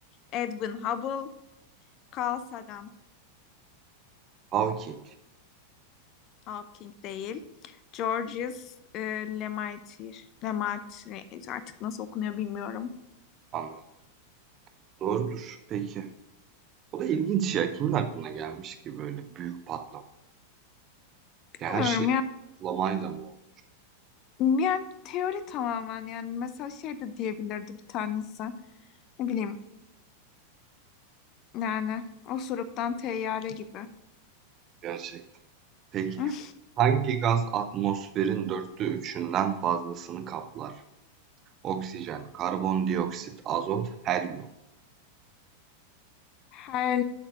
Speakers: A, on the left (about 35°); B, on the right (about 30°).
A: Edwin Hubble, Carl Sagan.
B: Hawking.
A: Hawking değil. Georges e, Lemaitre. Lemaitre artık nasıl okunuyor bilmiyorum.
B: Anladım. Doğrudur. Peki. O da ilginç ya. Kimin aklına gelmiş ki böyle büyük patlama?
A: Bilmiyorum
B: Ya her şey
A: ya.
B: patlamayla mı oldu?
A: Yani teori tamamen yani mesela şey de diyebilirdi bir tanesi. Ne bileyim yani osuruktan teyyare gibi.
B: Gerçekten. Peki.
A: <laughs>
B: Hangi gaz atmosferin dörtte üçünden fazlasını kaplar? Oksijen, karbondioksit, azot, helyum.
A: Her